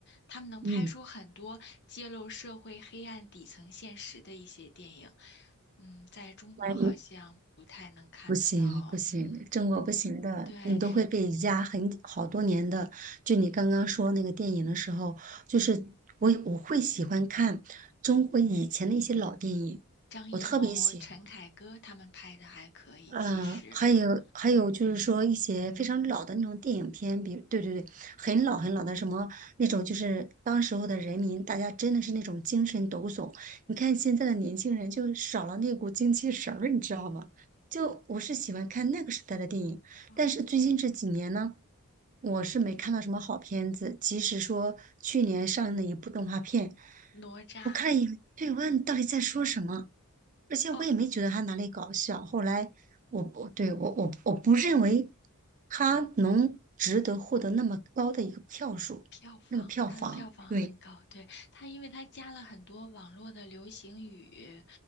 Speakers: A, on the left; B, on the right.
A: 他们能拍出很多揭露社会黑暗底层现实的一些电影。
B: 嗯，
A: 嗯，在中国好像不太能看得到。
B: 万一不行不行，
A: 嗯，
B: 中国不行的，
A: 对，
B: 你都会被压很好多年的。就你刚刚说那个电影的时候，就是我我会喜欢看中国以前的一些老电影，
A: 张艺谋、
B: 我特别喜欢。
A: 陈凯歌他们拍的还可以，
B: 嗯，
A: 其实啊，
B: 还有还有就是说一些非常老的那种电影片，比如对对对，很老很老的什么那种，就是当时候的人民，大家真的是那种精神抖擞。你看现在的年轻人就少了那股精气神儿，你知道吗？就我是喜欢看那个时代的电影，
A: 嗯，
B: 但是最近这几年呢，我是没看到什么好片子。即使说去年上映的一部动画片，
A: 哪吒。
B: 我看了一眼，对，我问你到底在说什么？而且我也没觉得他哪里搞笑。
A: 哦，
B: 后来我我对我我我不认为他能值得获得那么高的一个票数，
A: 票房，
B: 那个票房。
A: 它的票房很高，
B: 对，
A: 对，它因为它加了很多网络的流行语，